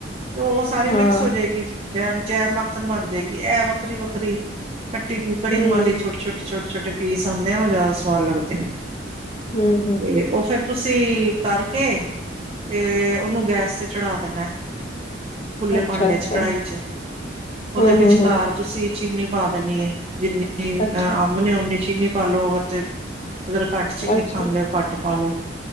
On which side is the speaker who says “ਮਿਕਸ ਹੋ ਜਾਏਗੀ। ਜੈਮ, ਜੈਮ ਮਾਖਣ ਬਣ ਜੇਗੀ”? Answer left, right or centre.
Right